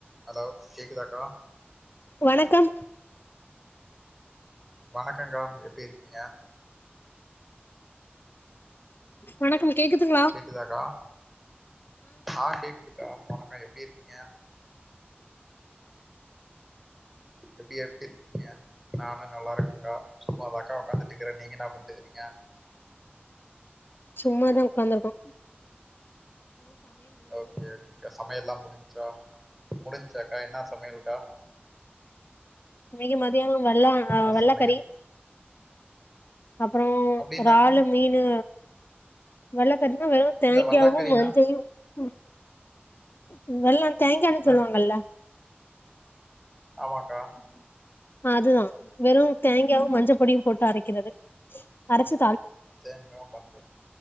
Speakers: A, in the centre; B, on the left.
A: Hello கேக்குதாக்கா
B: வணக்கம்
A: வணக்கங்க்கா எப்டி இருக்கீங்க
B: வணக்கம் கேக்குதுங்களா
A: கேக்குதாக்கா ஆ கேக்குதுக்கா வணக்கம் எப்டி இருக்கீங்க எப்டி எப்டி இருக்கீங்க நானு நல்லா இருக்கங்க்கா சும்மாதாக்க்கா உட்காந்துட்டு இருக்குற நீங்க என்ன பண்ணிட்டு இருக்கிறீங்க
B: சும்மாதா உட்காந்துருக்கோ
A: ஓகே ஓகேக்கா சமையல்லா முடிஞ் ச்சா முடிஞ்ச்சாக்கா என்னா சமையல்க்கா
B: இன்னைக்கி மதியானம் வல்லோ ஆ
A: என்ன
B: வல்ல
A: சமையல்
B: கறி அப்பறோ
A: அப்டின்னாக்கா
B: இறாலு, மீனு வல்ல கறினா வெறு தேங்காவு
A: இல்ல வல்லாக்கறினா
B: மஞ்சயு ம், ம் வல்ல தேங்கானு சொல்லுவாங்கல்ல
A: ஆ ஆமாக்கா
B: அதுதா வெறு தேங்காவு மஞ்ச பொடியு போட்டு அரைக்கிறது அரச்சு
A: தேங்கா, மஞ்ச